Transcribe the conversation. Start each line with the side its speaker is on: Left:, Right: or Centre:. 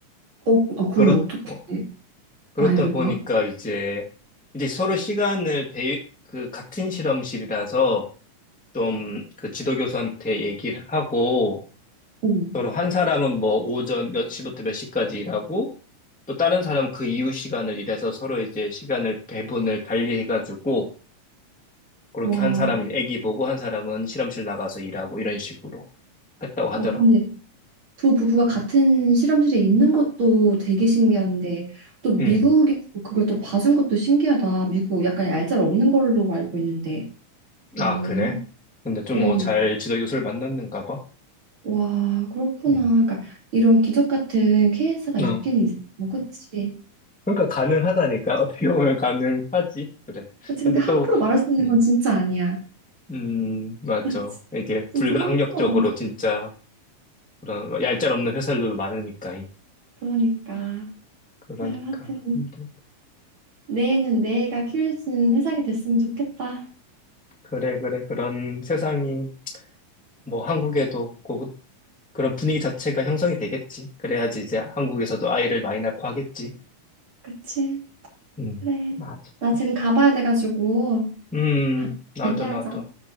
Right: 어, 어, 그럼
Centre: 그렇,
Right: 어떻게
Centre: 어, 그렇다
Right: 아이를
Centre: 보니까
Right: 봐?
Centre: 이제, 이제 서로 시간을 배, 그, 같은 실험실이라서 좀 그 지도교수한테 얘기를 하고,
Right: 어.
Centre: 서로 한 사람은 뭐 오전 몇 시부터 몇 시까지 일하고 또 다른 사람은 그 이후 시간을 일해서 서로 이제 시간을 배분을 달리 해가지고 그렇게
Right: 와,
Centre: 한 사람은 애기 보고 한 사람은 실험실 나가서 일하고 이런 식으로 했다고 하더라고.
Right: 어, 근데 두 부부가 같은 실험실에 있는 것도 되게 신기한데 또 미국에서
Centre: 음.
Right: 그걸 또 봐준 것도 신기하다. 미국 약간 얄짤없는 걸로 알고 있는데. 음,
Centre: 아, 그래? 근데 좀
Right: 음.
Centre: 어, 잘 지도 교수를 만났는가 봐.
Right: 와, 그렇구나.
Centre: 음.
Right: 그러니까 이런 기적 같은 케이스가 있긴
Centre: 어.
Right: 있어. 그치?
Centre: 그러니까 가능하다니까. <laughs> 어떻게 보면 가능하지. 그래.
Right: 그치,
Centre: 근데
Right: 근데 함부로
Centre: 또,
Right: 말할 수 있는
Centre: 음,
Right: 건 진짜 아니야.
Centre: 음, 맞죠.
Right: <laughs>
Centre: 이게
Right: 진짜
Centre: 불가항력적으로
Right: 함부로 말할 수
Centre: 진짜
Right: 있는.
Centre: 그런 얄짤 없는 회사들도 많으니까.
Right: 그러니까.
Centre: 그러니까.
Right: 아유, 하여튼
Centre: 힘들-
Right: 내일은 내가 키울 수 있는 세상이 됐으면 좋겠다.
Centre: 그래, 그래. 그런 세상이 뭐 한국에도 곧 그런 분위기 자체가 형성이 되겠지. 그래야지 이제 한국에서도 아이를 많이 낳고 하겠지.
Right: 그치?
Centre: 음,
Right: 그래.
Centre: 맞아.
Right: 나 지금 가봐야 돼가지고
Centre: 음,
Right: 다음에
Centre: 나도,
Right: 얘기하자.
Centre: 나도.